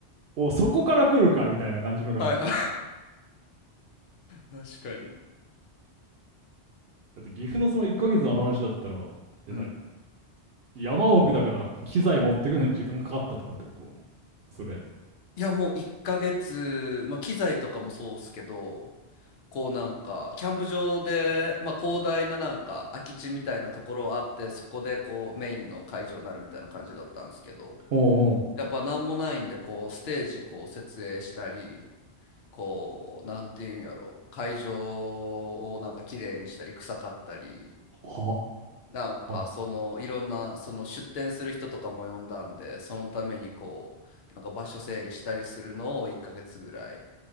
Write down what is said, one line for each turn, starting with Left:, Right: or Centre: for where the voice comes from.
Right: う、お、そこから来るかみたいな感じのが
Left: はいはい。確かに。
Right: だって岐阜のその1ヶ月の話だったら、で何
Left: うん。
Right: 山奥だから機材持ってくのに時間かかったとかってことそれ。
Left: いや、もう1ヶ月、まあ、機材とかもそうっすけど、こうなんかキャンプ場で、まあ、広大ななんか空き地みたいなところあってそこでこうメインの会場になるみたいな感じだったんですけど
Right: おうおう。
Left: やっぱ何もないんでこうステージこう設営したりこうなんていうんやろ会場をなんか綺麗にしたり臭かったり
Right: は
Left: なんかそのいろんなその出店する人とかも呼んだんでそのためにこうなんか場所整理したりするのを1ヶ月ぐらい
Right: あ、ああ、ああ。